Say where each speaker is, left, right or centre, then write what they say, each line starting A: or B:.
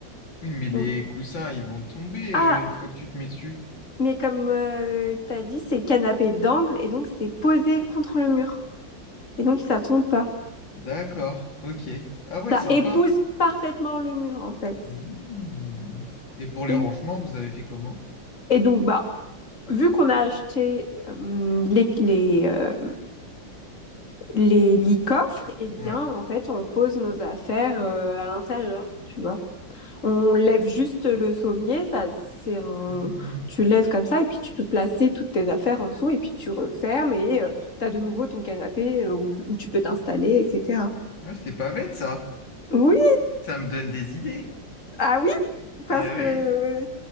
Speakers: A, on the left; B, on the left.
A: Oui, mais les
B: Donc,
A: coussins, ils vont tomber
B: ah,
A: euh, une fois que tu te mets dessus.
B: Mais comme euh, t'as dit, c'est canapé d'angle et donc c'est posé contre le mur. Et donc ça tombe pas.
A: D'accord. Ok. Ah ouais,
B: Ça
A: sympa.
B: épouse parfaitement le mur en fait.
A: Hmm. Et pour les
B: Et,
A: rangements, vous avez fait comment?
B: et donc bah vu qu'on a acheté euh, les les, euh, les, les coffres, et eh bien
A: Ouais.
B: en fait on pose nos affaires euh, à l'intérieur, tu vois. On lève juste le sommier, ça, c'est un...
A: Hmm.
B: tu lèves comme ça et puis tu peux placer toutes tes affaires en dessous et puis tu refermes et tu as de nouveau ton canapé euh, où, où tu peux t'installer, etc.
A: Ouais, c'est pas bête, ça.
B: Oui,
A: Ça me donne des idées.
B: ah oui,
A: Ah
B: parce que...
A: ouais.